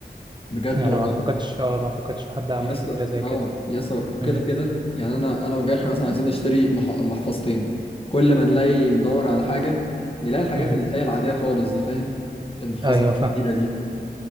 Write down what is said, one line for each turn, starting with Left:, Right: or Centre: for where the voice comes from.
Left: بجد
Right: يعني
Left: والله
Right: ما اعتقدش اه ما اعتقدش حد عمل
Left: يا اسطى
Right: فكرة زي
Left: اه
Right: كده
Left: يا اسطى وكده
Right: امم
Left: كده يعني انا انا وجرحي مثلا عايزين نشتري مح... محفظتين كل ما نلاقي ندور على حاجة نلاقي الحاجات
Right: امم
Left: اللي هي العادية خالص دي فاهم؟ المحفظة
Right: ايوه
Left: الكبيرة
Right: فاهم
Left: دي